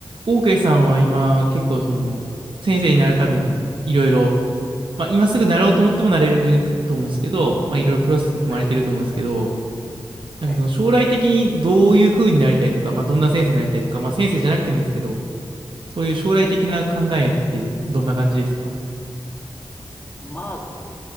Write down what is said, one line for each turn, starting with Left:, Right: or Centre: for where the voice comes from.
Right: オーケーさんは今結構その先生になるためにいろいろ、まあ今すぐなろうと思ってもなれると思うんですけど、まあいろいろプロセスが踏まれてると思うんですけど、
Left: ええ、
Right: なんかその将来的にどういう風になりたいとか、
Left: ええ、
Right: まあどんな先生になりたいとか、まあ先生じゃなくてもいいんですけど、そういう将来的な考えってどんな感じですか
Left: まあ、